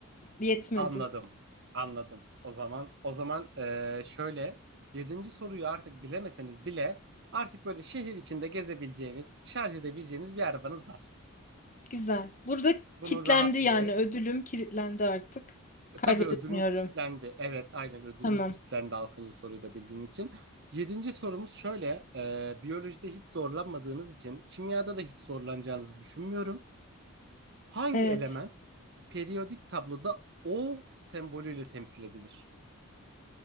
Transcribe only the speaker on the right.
Anladım. Anladım. O zaman o zaman e, şöyle yedinci soruyu artık bilemeseniz bile artık böyle şehir içinde gezebileceğiniz, şarj edebileceğiniz bir arabanız var.
Bunun
rahatlığı
E,
Tabii ödülünüz kilitlendi. Evet, aynen ödülünüz
kilitlendi Altıncı soruyu da bildiğiniz için. Yedinci sorumuz şöyle. e, biyolojide hiç zorlanmadığınız için kimyada da hiç zorlanacağınızı düşünmüyorum. Hangi
element periyodik tabloda O sembolüyle temsil edilir?